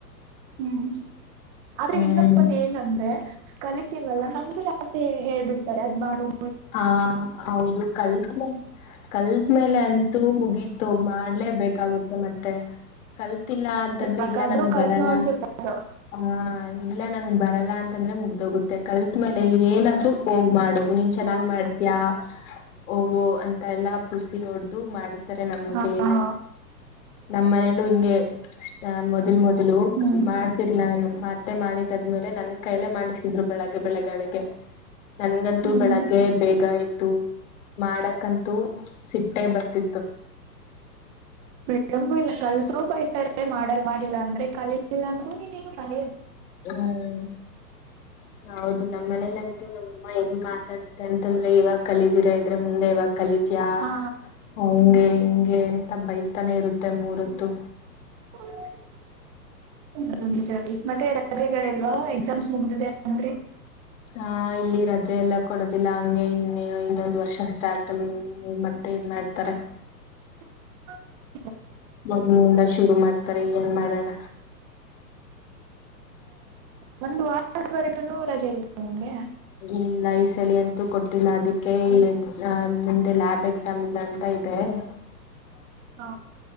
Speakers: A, on the right (about 25°); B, on the left (about 50°).
A: ಹ್ಮ್ ಆದ್ರೆ
B: ಹ್ಮ್
A: ಇನ್ನೊ ಒಂದ ಏನಂದ್ರೆ ಕಲಿತೀವಲ್ಲ ನಮ್ಗೆ ಜಾ ತ್ತೆ ಹೇಳ್ಬಿಡ್ತಾರೆ ಅದ್ ಮಾಡ್ ಹೋ
B: ಹಾ ಹೌದು ಕಲ್ತ್ ಮೇ ಕಲ್ತ್ ಮೇಲೆ ಅಂತೂ ಮುಗೀತು ಮಾಡ್ ಲೇ ಬೇಕಾಗುತ್ತೆ ಮತ್ತೆ ತ್ತಿಲ್ಲಾ ಅಂತಂದ್ರೆ
A: ಯಾಕಾದ್ರೂ
B: ಇಲ್ಲ ನನಗ್
A: ಕಲ್ತ್ನೋ
B: ಬರಲ್ಲ
A: ಅನ್ಸುತ್ತೆ
B: ಅಂತ.
A: ಅದು
B: ಹ ಇಲ್ಲ ನನಗ್ ಬರಲ್ಲ ಅಂತಂದ್ರೆ ಮುಗ್ದೋಗುತ್ತೆ ಕಲ್ತ್ ಮೇಲೆ ಏನಾದ್ರು ಹೋಗ್ ಮಾಡೋಗು ನಿ ಚೆನ್ನಾಗ್
A: ಹ್ಮ್.
B: ಮಾಡ್ತೀಯಾ ಹೋಗು ಅಂತ ಎಲ್ಲ ಪೂಸಿ ಹೊಡ್ದು ಮಾಡಿಸತಾರೆ ನಮ್
A: ಹಾ
B: ಕೈಯಲ್ಲೇ ನಮ್ಮನೇಲ್ಲೂ ಹಿಂಗೆ. ಅ ಮೊದ್ಲು ಮೊದ್ಲು
A: ಹ್ಮ್
B: ಮಾಡ್ತಿರ್ಲ ನಾನು ಮತ್ತೆ ಮಾಡಿದ ಮೇಲೆ ನನ್ ಕೈಲೆೇ ಮಾಡಿಸಿದ್ರು ಬೆಳಗ್ಗೆ ಬೆಳಗ್ಗೆ ಅಡುಗೆ ನನ್ಗಂತೂ
A: ಹ್ಮ್
B: ಬೆಳ ಬೇಗ ಎದ್ದು ಮಾಡಕಂತೂ ಸಿಟ್ಟೇ ಬರ್ತಿತ್ತು.
A: <inaudible> ಇಲ್ಲ ಕಲ್ರು ಬೈತಾರೆ ಮಾಡಲ್ ಮಾಡಿಲ್ಲ ಅಂದ್ರೆ ಕಲಿಲ್ಲ ಅಂದ್ರೂ ನೀನೇನು ಕಲಿ
B: ಹ್ಮ್ ಹೌದು ನಮ್ಮ್ ಮನೇಲಂತೂ ನಮ್ಮಮ್ಮ ಹೆಂಗ್ ಮಾ ತಾಡುತ್ತೆ ಅಂತಂದ್ರೆ ಇವಾಗ ಕಲಿದೀರಾ ಇದ್ರೆ ಮುಂದೆ ಯಾವಾಗ್ ಕಲಿತಿಯಾ
A: ಹಾ
B: ಹಂಗೆ ಹಿಂ ಗೆ ಅಂತ ಬೈತಾನೆ ಇರುತ್ತೆ ಮೂರೊತ್ತು.
A: <inaudible> <inaudible> ಮತ್ತೆ ರಜೆಗಳಿಲ್ವಾ ಎಕ್ಸಾಮ್ಸ್ ಮುಗ್ದಿದೆ ಅಂದ್ರಿ.
B: ಹಾ ಇಲ್ಲಿ ರ ಜೆ ಎಲ್ಲ ಕೊಡೋದಿಲ್ಲ ಹಂಗೆ ಇನ್ನೊಂದ್ ವರ್ಷ ಸ್ಟಾರ್ಟ್ ಮತ್ತೆ ಇದ್ ಮಾಡ್ತಾರೆ.
A: <inaudible>
B: ಮೊದ್ಲಿಂದ ಶುರು ಮಾಡ್ತಾರ ಏನ್ ಮಾಡಣ.
A: ಮತ್ತ ವಾರವರೆಗೂ ರಜೆ ಇ ನಮಗೆ
B: ಇಲ್ಲ ಈ ಸಲಿಿ ಅಂತ ಕೊಟ್ಟಿಲ್ಲ ಅದಕ್ಕೆ ಇಲ್ಲಿ ಎಕ್ಸ ಮುಂದೆ ಲ್ಯಾಬ್ ಎಕ್ಸಾಮ್ ಇದೆ ಅಂತ ಇದೆ ಹ
A: ಹಾ.